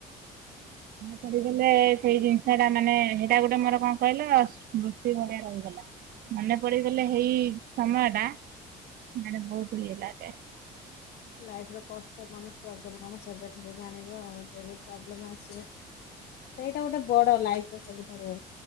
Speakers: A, on the right (about 65°); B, on the left (about 70°).
A: କରିଦେଲେ ସେଇ ଜିନିଷ ଟା ମାନେ ସେଇଟା ଗୋଟେ ମୋର କଣ କହିଲ ସ୍ମୃତି ଭଳିଆ ରହିଗଲା। ମନେ ପଡ଼ିଗଲେ ହେଇ ସମୟଟା ମାନେ ବହୁତ୍ ଇଏ ଲାଗେ।
B: ଲାଇଫ୍ ର କଷ୍ଟ କଣ ଷ୍ଟ୍ରଗଲ୍ କଣ ସେବେଠାରୁ ଜାଣିବ ଯେବେ ପ୍ରୋବ୍ଲେମ୍ ଆସିବ। ସେଇଟା ଗୋଟେ ବଡ଼ ଲାଇଫ୍ ର ସବୁଠାରୁ